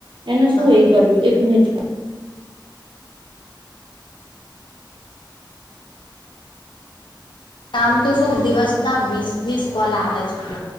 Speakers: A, on the right; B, on the left.
A: એને શું
B: હા
A: એ કર્યું એક મિનિટ
B: આમ તો શું દિવસના વીસ વીસ કોલ આવે છે